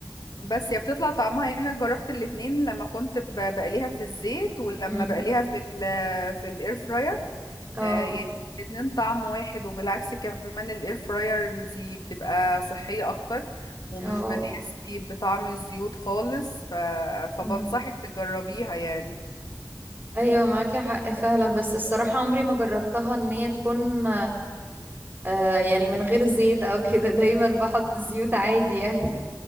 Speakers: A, on the left; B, on the right.
A: بس هي بتطلع طعمها يعني، انا جربت الاتنين لما كنت ب- بقليها في الزيت ولما
B: مم.
A: بقليها في ال... في الاير فراير
B: اه
A: آه، يعني الاتنين طعم واحد وبالعكس كمان الاير فراير انتي بتبقى صحية اكتر ومش
B: اه
A: بتحسي بطعم الزيوت خالص ف... فبنصحك
B: مم.
A: تجربيها يعني
B: ايوه معاكي حق فعلا بس الصراحة عمري ما جربتها ان هي تكون آه يعني من غير زيت او كده <laughs> دايما بحط زيوت عادي يعني